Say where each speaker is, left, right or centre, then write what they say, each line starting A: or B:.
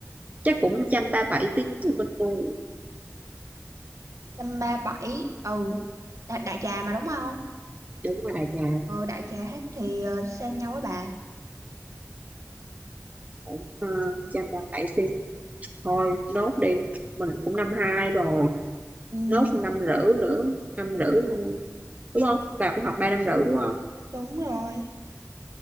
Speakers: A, on the right; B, on the right.
A: chắc cũng trăm ba bảy tiếng cho bên tôi
B: trăm ba bảy ừ đại, đại trà mà đúng không
A: đúng rồi đại trà
B: ừ đại trà hết thì ờ, xem nhau với bà
A: cũng ờ, trăm ba bảy tiếng thôi nốt đi mình cũng năm hai rồi
B: Ừ,
A: nốt năm rưỡi nữa năm rưỡi đúng không bà cũng học ba năm rưỡi đúng không
B: đúng rồi.